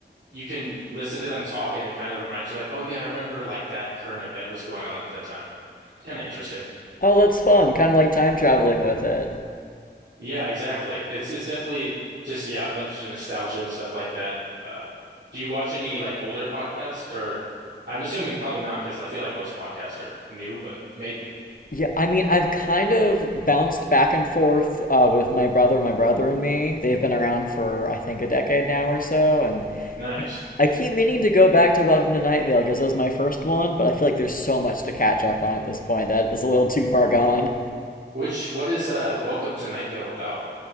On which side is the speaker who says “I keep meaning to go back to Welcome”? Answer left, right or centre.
Left